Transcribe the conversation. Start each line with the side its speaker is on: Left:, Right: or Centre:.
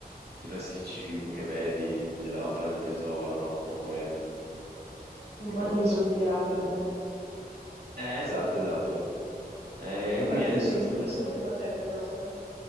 Right: cioè, i classici film che vedi della mappa del tesoro, no? Un po' quello.
Left: un
Right: È
Left: po'
Right: quello
Left: tipo
Right: che s-
Left: stile Outer Banks.
Right: Eh, esatto, esatto. Eh, E
Left: Vabbè,
Right: quindi
Left: comunque
Right: adesso
Left: dimmi
Right: si è
Left: di
Right: messo.
Left: più che cosa è che trovate.